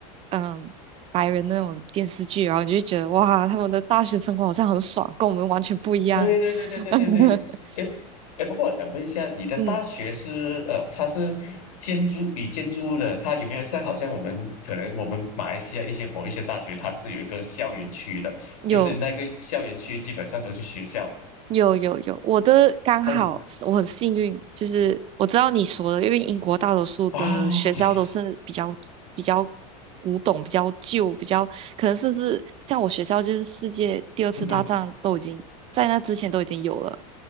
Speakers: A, on the right; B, on the left.
A: 嗯白人那种电视剧，然后你就觉得哇，他们的大学生活好像很爽，跟我们完全不一样。
B: 对对对对对对对，
A: <laughs>
B: 哎哎，不过我想问一下，你的大学是呃，
A: 嗯，
B: 它是建筑以建筑物的，它有没有像好像我们可能我们马来西亚一些某一些大学，它是有一个校园区的，
A: 有
B: 就是那个校园区基本上都是学校。
A: 有有有，我的刚好是我很幸运，
B: 哦，你
A: 就是我知道你说的，因为英国大多数的学校都是比较比较
B: 啊，
A: 古董、比较旧、比较可能甚至像我学校就是世界第二次大战都已经在那之前都已经有了，
B: 嗯哼